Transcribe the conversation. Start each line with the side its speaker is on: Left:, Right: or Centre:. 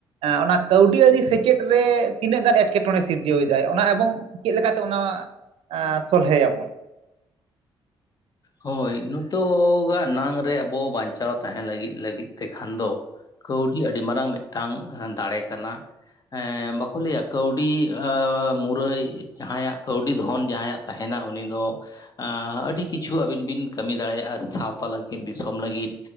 Right: ᱚᱱᱟ ᱠᱟᱹᱣᱰᱤ ᱟᱹᱨᱤ ᱥᱮᱪᱮᱫ ᱨᱮ ᱛᱤᱱᱟᱹᱜ ᱜᱟᱱ ᱮᱴᱠᱮᱴᱚᱬᱮ ᱥᱤᱨᱡᱟᱹᱣ ᱮᱫᱟᱭ ᱚᱱᱟ ᱮᱵᱚᱝ ᱪᱮᱫ ᱞᱮᱠᱟᱛᱮ ᱚᱱᱟ, ᱮᱸ ᱥᱚᱞᱦᱮ ᱭᱟᱵᱚᱱ᱾
Left: ᱦᱳᱭ ᱱᱤᱛᱚᱜᱟᱜ ᱱᱟᱝ ᱨᱮ ᱟᱵᱚ ᱵᱟᱧᱪᱟᱣ ᱛᱟᱦᱮᱸ ᱞᱟᱹᱜᱤᱫ ᱞᱟᱹᱜᱤᱫ ᱛᱮᱠᱷᱟᱱ ᱫᱚ ᱠᱟᱹᱣᱰᱤ ᱟᱹᱰᱤ ᱢᱟᱨᱟᱝ ᱢᱤᱫᱴᱟᱝ ᱫᱟᱲᱮ ᱠᱟᱱᱟ᱾ ᱮᱸᱻ ᱵᱟᱠᱚ ᱞᱟᱹᱭᱟ ᱠᱟᱹᱣᱰᱤ ᱟᱹ ᱢᱩᱨᱟᱹᱭ ᱡᱟᱦᱟᱸᱭᱟᱜ ᱠᱟᱹᱣᱰᱤ ᱫᱷᱚᱱ ᱡᱟᱸᱦᱟᱸᱭᱟᱜ ᱛᱟᱸᱦᱮᱱᱟ ᱩᱱᱤ ᱫᱚ ᱮᱸ ᱟᱹᱰᱤ ᱠᱤ ᱪᱷᱩ ᱟᱹᱵᱤᱱ ᱵᱤᱱ ᱠᱟᱹᱢᱤ ᱫᱟᱲᱮᱭᱟᱜ-ᱟ, ᱥᱟᱶᱛᱟ ᱞᱟᱹᱜᱤᱫ ᱫᱤᱥᱚᱢ ᱞᱟᱹᱜᱤᱫ